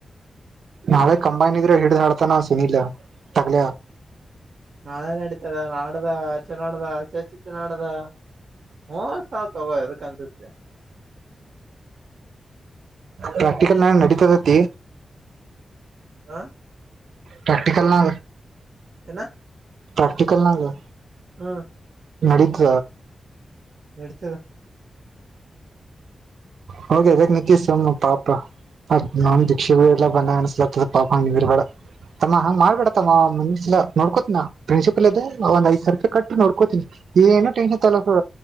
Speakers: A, on the right; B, on the right.
A: ನಾಳೆ ಕಂಬೈನ್ ಇದ್ರೆ ಹಿಡ್ದ್ ಹಾಡ್ತ ನಾವ ಸುನೀಲ ತಗ್ಲ
B: ನಾಳೇ ನಡೀತದ ನಾಡ್ದ ಚೆ ನಡ್ದ ಚೆ ಚಿ ಚ ನಾಡದ ಹ್ಮ ಸಾಾವ ಹಗಕನ್ ಸ
A: ಪ್ರಾಕ್ಟಿಕಲ್ ನಾನ ನಡೀತದೆತಿ
B: ಆ
A: ಪ್ರೆಕ್ಟಿಕಲ್ ನ
B: ಹ್ಣ
A: ಪ್ರಾಕ್ಟಿಕಲ್ ನ ಗ
B: ಹ್ಮ
A: ನಡೀತ
B: ನಡತದ
A: ಹೆ ಇದಕ್ ನಿತೀಶ್ ಸಮ್ಮ ಪಾಪ ಅ ನಾನ್ ದೀಕ್ಷೆ ಎಲ್ಲ ಬಂದ ಅನ್ಸ್ಲತದೆ ಪಾಪ ನಿರ್ಬೇ ತಮ್ಮ ಹಂಗ್ ಮಾಡ್ಬೇಡತಮ್ಮ ಮನ್ಸಾ ನೋಡ್ಕೋತಿನ ನ ಪ್ರಿನ್ಸಿಪಲ್ ಅದ ಒಂದ್ಐ್ಾವಿ ರೂಪಾಯಿಟ್ಟ ನೋಡ್ಕೋತೀಿನಿ ಏನು ಟನ್ಷನ್ ತಲಕ